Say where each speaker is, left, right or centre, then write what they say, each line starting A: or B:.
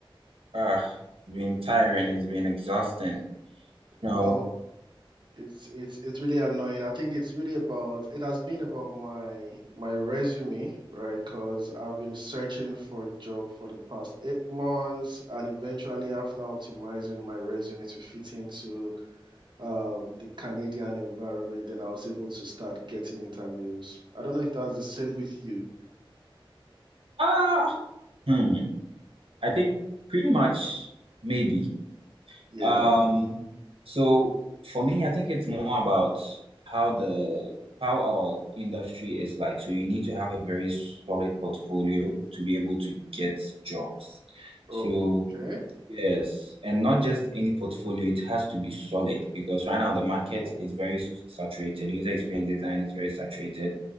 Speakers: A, on the right; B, on the right.
A: Ah, it's been tiring, it's been exhausting. You know,
B: Well, it's it's it's really annoying. I think it's really about it has been about my my resume, right? Because I've been searching for a job for the past eight months, and eventually after optimizing my resume to fit into um the Canadian environment, then I was able to start getting interviews. I don't know if that's the <laughs> same with you.
A: ah, hmm. I think pretty much maybe.
B: Yeah.
A: Um, so for me, I think it's more about how the how our industry is like. So you need to have a very solid portfolio to be able to get jobs.
B: Okay.
A: So. Yes, and not just any portfolio, it has to be solid because right now the market
B: Mm-hmm.
A: is very s- saturated. User experience design is very saturated.